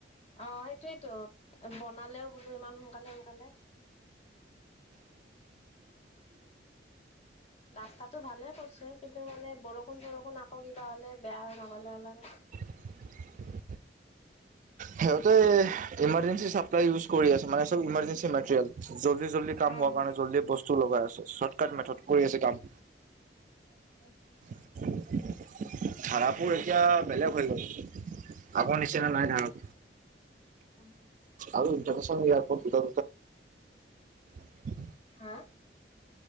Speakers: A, on the left (about 35°); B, on the right (about 45°).
A: অ, সেইটোৱেইেতো, বনালেও বোলো ইমান সোনকালে সোনকালে। ৰাস্তাটো ভালে কৰিছে, কিন্তু মানে বৰষুণ চৰষুণ আকৌ কিবা হলে বেয়া হৈ নগলে হ'ল আৰু।
B: <inaudible> সিহঁতে ইমাৰজেঞ্চি চাপ্লাই ইউজ কৰি আছে, মানে চব ইমাৰজেঞ্চি মেটেৰিয়েল। জল্দি জল্দি কাম
A: উম
B: হোৱাৰ কাৰণে জল্দি বস্তু লগাই আছে। চৰ্টকাট মেথড কৰি আছে কাম।
A: <inaudible>
B: ধাৰাপুৰ এতিয়া বেলেগ হৈ গ'ল, আগৰ নিচিনা নাই ধাৰা
A: অ'
B: অ' ইণ্টাৰনেচনেল এয়াৰপৰ্ট দুটা দুটা।
A: হাঁ?